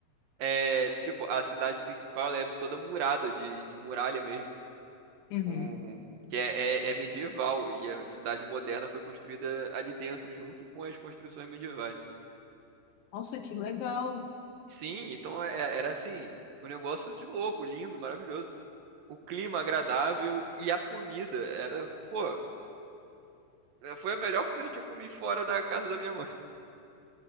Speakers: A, on the right; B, on the left.
A: É, tipo, a cidade principal ela é toda murada, de, de muralha mesmo.
B: Uhum.
A: Com, que é, é, é medieval. E a cidade moderna foi construída ali dentro, junto com as construções medievais.
B: Nossa, que legal.
A: Sim, então é- é, era assim, um negócio de louco, lindo, maravilhoso. O clima agradável e a comida era, pô, é, foi a melhor comida que eu comi fora da casa da minha mãe.